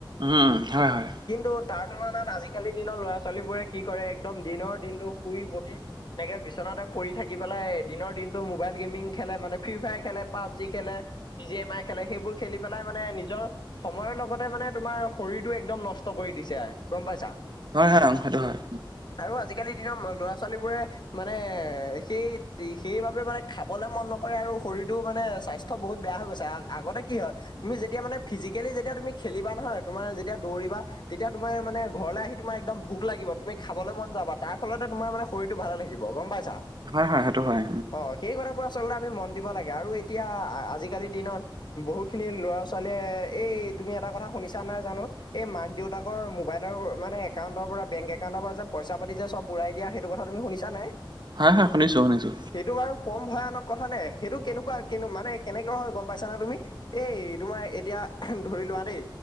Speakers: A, on the right; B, on the left.
A: উম। হয় হয়।
B: কিন্তু তাৰ তুলনাত আজিকালি দিনৰ ল'ৰা ছোৱালীবোৰে কি কৰে একদম দিনৰ দিনটো শুই বহি। এনেকে বিচনাতে পৰি থাকি পেলাই এ দিনৰ দিনটো মোবাইল গেমিং খেলে মানে ফ্ৰী ফায়াৰ খেলে পাবজি খেলে। বি জি এম আই খেলে সেইবোৰ খেলি পেলাই মানে নিজৰ। সময়ৰ লগতে মানে তোমাৰ শৰীৰটো একদম নষ্ট কৰি দিছে গম পাইছা।
A: হয় হয় সেইটো হয়।
B: আৰু আজিকালিৰ দিনৰ ল'ৰা ছোৱালীবোৰে। মানে সেই সেইবাবে মানে খাবলে মন নকৰে আৰু শৰীৰো মানে স্বাস্থ্য। ত বহুত বেয়া হৈ গৈছে আ আগতে কি হয়। তুমি যেতিয়া মানে ফিজিকেলি যেতিয়া তুমি খেলিবা নহয় তোমাৰ যেতিয়া দৌৰিবা। তেতিয়া তোমাৰ মানে ঘৰলৈ আহি তোমাৰ একদম ভোক লাগিব তুমি খাবলৈ মন যাবা তাৰ ফলতে তোমাৰ মানে শৰীৰটো ভাল লাগিব। কিব গম পাইছা।
A: হয় হয় সেইটো হয়।
B: অঁ সেই কথাবোৰ আচলতে আমি মন দিব লাগে আৰু এতিয়া আ আজিকালি দিনত। বহু খিনি লৰা ছোৱালীয়ে এই তুমি এটা কথা শুনিছা নাই জানো। এই মাক দেউতাকৰ মোবাইলৰ মানে এ এ এ। এ মাক দেউতাকৰ মোবাইলৰ মানে এ কাউণ্টৰ পৰা বেংক একাউণ্টৰ পৰা যে পইচা পাতি যে চব উৰাই দিয়া সেইটো কথা তুমি শুনিছা। জ নাই।
A: হয় হয় শুনিছো শুনিছো।
B: সেইটো বাৰু কম ভয়ানক কথা নে সেইটো কেনেকুৱা কে মানে কেনেকুৱা হয় গম পাইছা না তুমি। এই তোমাৰ এতিয়া এ হে ম ধৰি লোৱা দেই।